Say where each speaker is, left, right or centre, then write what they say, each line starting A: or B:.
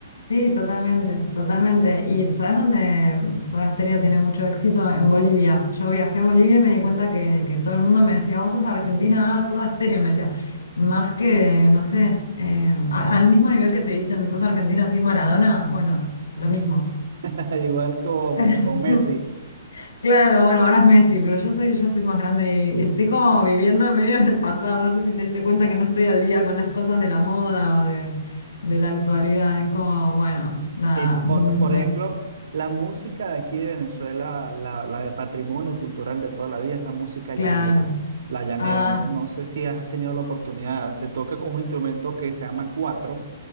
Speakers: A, on the left; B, on the right.
A: Sí, totalmente, totalmente. Y ¿sabes dónde Soda Stereo tiene mucho éxito? En Bolivia. Yo viajé a Bolivia y me di cuenta que, que todo el mundo me decía, vos sos de Argentina, ah, Soda Stereo, me decía. Más que, no sé, eh, a- al mismo nivel que te dicen, sos argentina, así Maradona, bueno, lo mismo.
B: <laughs> Igual co-
A: <laughs>
B: como con Messi.
A: Claro, bueno, ahora es Messi, pero yo soy, yo soy más grande y, y estoy como viviendo medio en el pasado. No sé si te diste cuenta que no estoy al día con las cosas de la moda o de de la actualidad. Es como, bueno, nada,
B: Sí, por,
A: m-
B: por
A: me
B: ejemplo, la música de aquí de Venezuela, la, la de patrimonio cultural de toda la vida, es la música
A: Claro.
B: llanera. La llanera,
A: Ah,
B: no, no sé si has tenido la oportunidad, se toca con un instrumento que se llama cuatro,